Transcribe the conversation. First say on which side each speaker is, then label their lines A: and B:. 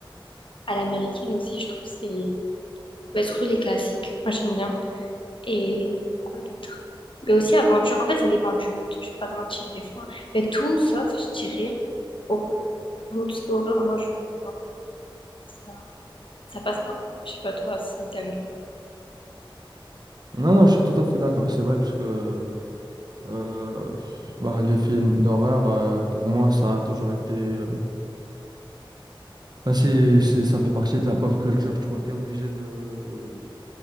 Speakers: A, on the left; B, on the right.
A: à l'américaine aussi, je trouve c'est... Bah, surtout les classiques, moi j'aime bien. Et quoi d'autre? Mais aussi aventure, en fait ça dépend du mood, je vais pas te mentir des fois. Mais tout sauf, je dirais, horreur. Vraiment tout ce qui est horreur, moi je... Non, ça, ça passe pas. Je sais pas toi si t'aimes bien.
B: Non, non, je suis tout à fait d'accord. C'est vrai, parce que euh, pff, ben, les films d'horreur, euh, pour moi, ça a toujours été. euh, ben, c'est, c'est, ça fait partie de la pop culture, tu vois. T'es obligé de,